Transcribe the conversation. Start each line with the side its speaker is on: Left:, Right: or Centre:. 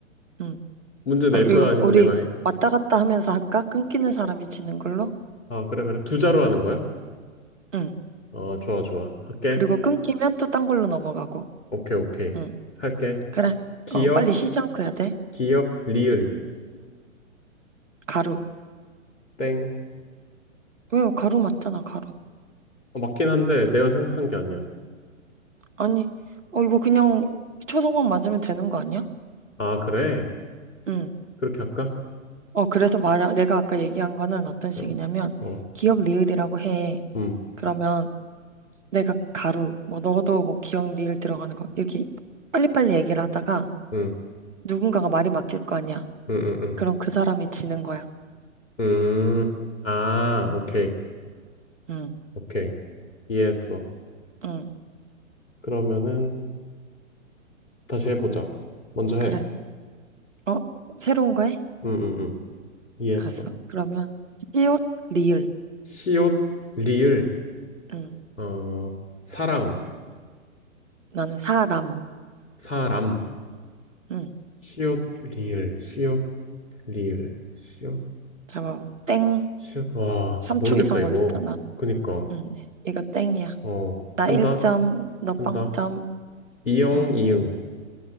Right: 음,
Left: 문제 낼
Right: 어, 이거
Left: 거야? 아니면
Right: 우리
Left: 내가 해?
Right: 왔다 갔다 하면서 할까? 끊기는 사람이 지는 걸로?
Left: 아, 그래, 그래. 두 자로 하는 거야?
Right: 음.
Left: 아, 좋아, 좋아. 할게.
Right: 그리고 끊기면 또 딴 걸로 넘어가고.
Left: 오케이, 오케이.
Right: 응,
Left: 할게.
Right: 그래.
Left: 기억,
Right: 어, 빨리 쉬지 않고 해야 돼.
Left: 기억, 리을,
Right: 가루.
Left: 땡.
Right: 왜요? 가루 맞잖아, 가루.
Left: 어, 맞긴 한데 내가 생각한 게 아니야.
Right: 아니, 어, 이거 그냥 초성만 맞으면 되는 거 아니야?
Left: 아, 그래?
Right: 응.
Left: 그렇게 할까?
Right: 어, 그래서 만약 내가 아까 얘기한 거는 어떤 식이냐면,
Left: 어, 어,
Right: 기억 리을이라고 해.
Left: 음,
Right: 그러면 내가 가루, 뭐, 너도 뭐 기억 리을 들어가는 거, 이렇게 빨리빨리 얘기를 하다가
Left: 음,
Right: 누군가가 말이 막힐 거 아니야.
Left: 음, 음,
Right: 그럼 그 사람이 지는 거야.
Left: 음. 음. 아,
Right: 응,
Left: 오케이,
Right: 응,
Left: 오케이. 이해했어.
Right: 응.
Left: 그러면은 다시 해보자. 먼저
Right: 그래.
Left: 해.
Right: 어, 새로운 거 해?
Left: 음, 음, 음. 이해했어.
Right: 알았어. 그러면 시옷 리을.
Left: 시옷, 리을,
Right: 응.
Left: 어, 사랑,
Right: 나는 사람.
Left: 사람.
Right: 응.
Left: 시옷, 리을, 시옷, 리을, 시옷,
Right: 잡아. 땡.
Left: 시옷. 와,
Right: 3초
Left: 모르겠다,
Right: 이상
Left: 이거.
Right: 걸렸잖아.
Left: 그니까,
Right: 응. 이거 땡이야.
Left: 어,
Right: 나
Left: 한다?
Right: 1점, 너
Left: 한다.
Right: 0점.
Left: 이용
Right: 응.
Left: 이응,